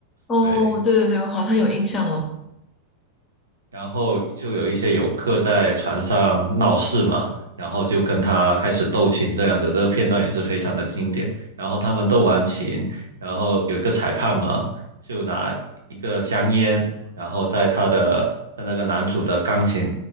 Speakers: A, on the left; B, on the right.
A: 哦，
B: 对。
A: 对对对，我好像有印象了。
B: 然后就有一些游客在船上闹事嘛，然后就跟他开始斗琴这样子，这个片段也是非常的经典。然后他们斗完琴，然后有一个裁判嘛，就拿一个香烟，然后在他的在那个男主的钢琴